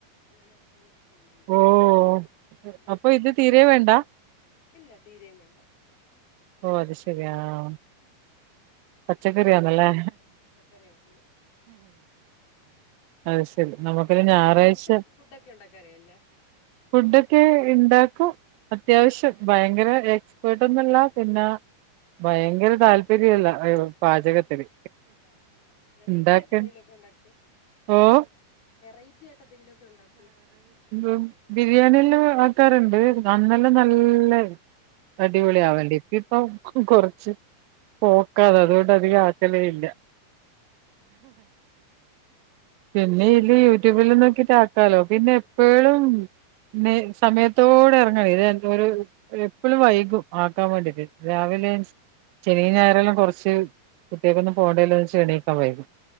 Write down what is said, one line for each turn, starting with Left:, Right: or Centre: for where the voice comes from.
Left: അങ്ങനെ എപ്പഴും ചിക്കനൊന്നും മേടിക്കത്തില്ല
Right: ഓ
Left: ഞങ്ങക്ക്
Right: അപ്പൊ
Left: മാത്രായിട്ട്
Right: ഇത് തീരെ വേണ്ട
Left: ഇല്ല തീരേയും വേണ്ട
Right: ഓ അത് ശെരി ആ ആ പച്ചക്കറിയാന്നല്ലേ
Left: പച്ചക്കറിയാ ഫുള്ള്
Right: അഹ് ശെ എന്ത് നമുക്കൊരു ഞാറായ്ച
Left: എങ്ങനെ ഫുഡ് ഫുഡൊക്കെ ഉണ്ടാക്കാൻ അറിയാല്ല
Right: ഫുഡൊക്കെ ഇണ്ടാക്കും അത്യാവശ്യം ഭയങ്കര എക്സ്പേട്ടൊന്നുഅല്ല പിന്നെ ഭയങ്കര താൽപര്യല്ല അയോ പാചകത്തില്.
Left: ആഹ് ആഹ് വെറൈറ്റി
Right: ഇണ്ടാക്കാൻ
Left: ആയിട്ട് എന്തെങ്കിലുമൊക്കെ ഉണ്ടാക്കോ
Right: ഓപ
Left: വെറൈറ്റി ആയിട്ട് എന്തെങ്കിലു ഒക്കെ ഇണ്ടാക്കോ?
Right: ഉം ബിരിയാണിയെല്ലാം ആക്കാറ്ണ്ട് അന്നെല്ലാം നല്ല അടിപൊളി
Left: ആഹ്
Right: ആവെണ്ടി ഇപ്പൊ കൊ കൊറ്ച്ച് പോക്കാണ് അത്കൊണ്ട് അധിക ആക്കൽ ഇല്ല പിന്നെ ഇല് യൂട്യൂബ്ല് നോക്കിട്ട് ആ ക്കാലോ പിന്നെ എപ്പഴേലും ന്നെ സമയത്തോടെ എർങ്ങായി <unintelligible> എപ്പഴും വൈകും ആക്കാൻ വേണ്ടിട്ട് രാവിലെ
Left: ആഹ്
Right: ശ് ശെനി ഞായറെല്ലാം കൊർച്ച് കുട്ട്യാക്കൊന്നും പോണ്ടെല്ലൊച് എണീക്കാൻ വൈകും.